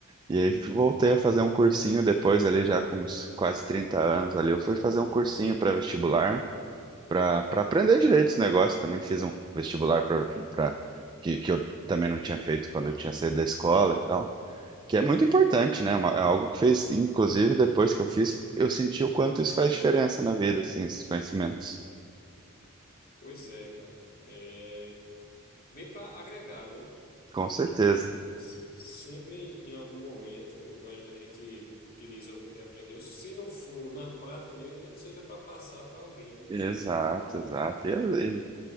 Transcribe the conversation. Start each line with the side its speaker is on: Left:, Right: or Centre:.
Right: E aí, voltei a fazer um cursinho depois, ali, já com uns quase 30 anos, ali. Eu fui fazer um cursinho para vestibular, para para aprender direito esse negócio. Também fiz um vestibular para que, que eu também não tinha feito quando eu tinha saído da escola e tal. Que é muito importante, né? Uma- É algo que fez, inclusive, depois que eu fiz, eu senti o quanto isso faz diferença na vida, assim, esses conhecimentos.
Left: Pois é, cara. É, vem para agregar, né?
Right: Com certeza.
Left: É, s- sempre em algum momento a, a gente utiliza o que aprendeu, se não for na prática mesmo, nem que seja para passar para alguém,
Right: Exato,
Left: né?
Right: exato. E, e